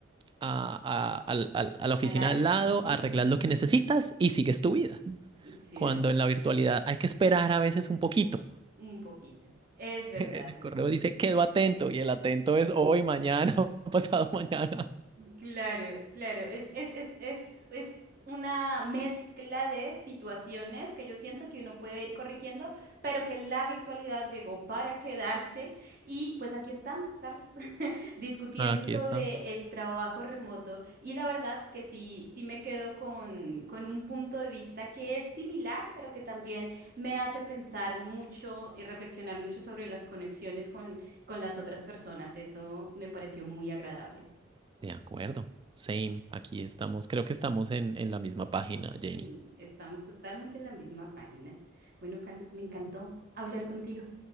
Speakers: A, on the right (about 25°); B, on the right (about 50°).
A: a, a al- al- a la oficina
B: Al área.
A: al lado,
B: Ujú,
A: arreglas lo que necesitas y sigues tu vida.
B: Cierto,
A: Cuando en la virtualidad hay que esperar a veces un poquito.
B: un poquito. Es
A: <laughs>
B: verdad,
A: En el
B: es
A: correo
B: verdad.
A: dice, quedo atento, y el atento es hoy, mañana, <laughs> pasado mañana.
B: Claro, claro. Es, es, es, es, es una mezcla de situaciones que yo siento que uno puede ir corrigiendo, pero que la virtualidad llegó para quedarse. Y pues aquí estamos, Carlos, <laughs> discutiendo
A: Aquí
B: sobre
A: estamos.
B: el trabajo remoto. Y la verdad que sí, sí me quedo con, con un punto de vista que es similar, pero que también me hace pensar mucho y reflexionar mucho sobre las conexiones con, con las otras personas. Eso me pareció muy agradable.
A: De acuerdo. Same. Aquí estamos. Creo que estamos en, en la misma página, Jenny.
B: Mm, Estamos totalmente en la misma página. Bueno, Carlos, me encantó hablar contigo.